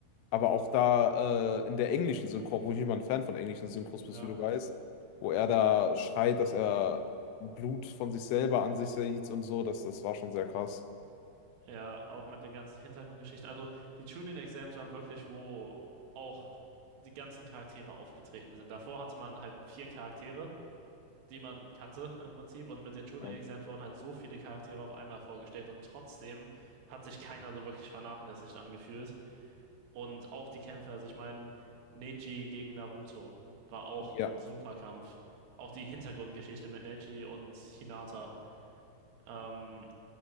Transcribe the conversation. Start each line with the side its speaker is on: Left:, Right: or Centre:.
Left: Aber auch da äh, in der englischen Synchro, obwohl ich nicht mal ein Fan von englischen Synchros
Right: Ja,
Left: bist, wie du weißt, wo er da schreit, dass er Blut von sich selber an sich sieht und so, das, das war schon sehr krass.
Right: ja, auch mit den ganzen Hintergrundgeschichten. Also die Chunin Exams waren wirklich, wo auch die ganzen Charaktere aufgetreten sind. Davor hatte man halt vier Charaktere, die man kannte im Prinzip. Und mit den Chunin
Left: Ja.
Right: Exams wurden halt so viele Charaktere auf einmal vorgestellt. Und trotzdem hat sich keiner so wirklich vernachlässigt angefühlt. Und auch die Kämpfe, also ich meine, Neji gegen Naruto war auch
Left: Ja.
Right: ein super Kampf. Auch die Hintergrundgeschichte mit Neji und Hinata. Ähm,